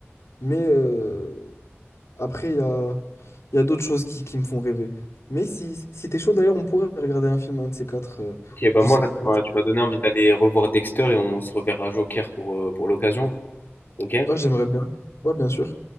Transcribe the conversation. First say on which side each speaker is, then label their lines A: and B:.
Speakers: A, on the left; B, on the left.
A: Mais euh, après, il y a, il y a d'autres choses qui, qui me font rêver. Mais si, si t'es chaud, d'ailleurs, on pourrait regarder un film, un de ces quatre. euh,
B: Ok, bah
A: je
B: moi
A: sais
B: là, tu
A: pas.
B: m'as tu m'as donné envie d'aller revoir Dexter et on se reverra Joker pour, euh, pour l'occasion. Ok?
A: Ouais, j'aimerais bien. Ouais, bien sûr.